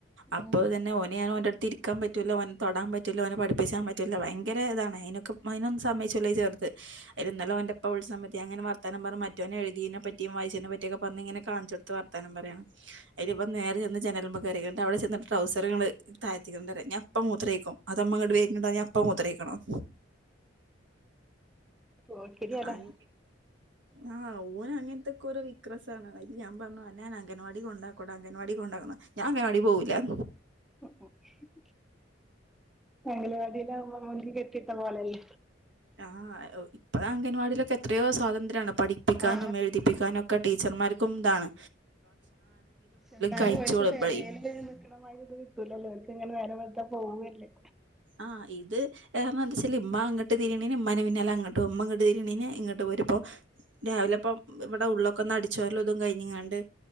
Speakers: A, on the right; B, in the centre.
A: അപ്പൊ
B: ഉം
A: ഇതന്നെ ഓന് ഞാൻ ഓന്റെട്ത്ത് ഇര് ര്ക്കാൻ പറ്റൂല ഓനെ തൊടാൻ പറ്റൂല്ല ഓനെ പഠിപ്പിച്ചാൻ പറ്റൂല്ല ഭയങ്കര ഇതാണ് അയിനൊക്കെ അയിനൊന്നും സമ്മയ്ച്ചൂല ഈ ചെർത് അയില് ന്നലെ ഓന്റെപ്പ വിളിച്ച സമയ ഞാനിങ്ങനെ വർത്താനം പറഞ്ഞ് മറ്റോന് എഴുതീനെ പറ്റീം വായിച്ചീനേം പറ്റ്യൊക്കെ പറഞ്ഞിങ്ങനെ കാണിച്ചൊട്ത്ത് വർത്താനം പറയണം അയില് ഇവൻ നേരെ ചെന്ന് ജനലിമ്മേ കേറിക്കും ന്നിട്ടവടെ ചെന്ന്ട്ട് ട്രൗസറ്ങ്ങിട് താഴ്ത്തിടുന്ന്ട്ട്റിം ഞായിപ്പൊ മൂത്രൊയിക്കും അതൊ മ്മങ്ങട് വര്ന്ണ്ടോ അതോ ഞാൻ ഇപ്പ മൂത്രൊയ്ക്കണം
B: പോക്കിരിയല്ലേ
A: അങ് ആ ഓന് അങ്ങനത്തൊക്കോരോ വിക്രസാണ് അയില് ഞാൻ പറഞ്ഞ് അന്നെ ഞാൻ അംഗൻവാടി കൊണ്ടാക്ക്വടാ അ അംഗൻവാടി കൊണ്ടാക്കണ ഞാൻ അംഗനവാടീ പോവൂല്ലാന്ന്
B: <unintelligible> അംഗനവാടീലാവുമ്പോ <unintelligible> കെട്ടീട്ട പോലല്ലേ
A: ആ ഔ ഇപ്പോ അംഗൻവാടീലൊക്കെ എത്രയോ സ്വാതന്ത്ര്യാണ് പഠിപ്പിക്കാനും
B: ആഹ്
A: എഴുതിപ്പിക്കാനൊക്കെ ടീച്ചർമാർക്കും താണ്
B: എന്തായാലും
A: കഴിച്ചോളും
B: ഓൽക്ക്ത് പെരേല് നിക്ക്ണ മാര്യൊര്ത് കിട്ടൂലല്ലോ <unintelligible> ഇങ്ങനെ നേരം വെൾത്താ പോവല്ലേ
A: ആ ഇത് <unintelligible> എന്താച്ചാൽ ഇമ്മ അങ്ങട്ട് തിരിണീന് ഇമ്മാന്റെ പിന്നാലെ അങ്ങട്ടോവും മ്മ ഇങ്ങട്ട് തിരിണീന് ഇങ്ങട്ട് പോരുംമ്പോ രാവിലെപ്പൊ ഇവടെ ഉള്ളൊക്കൊന്ന് അട്ച്ചോരലൊക്കൊന്ന് കയിഞ്ഞ്ങ്ങാണ്ട്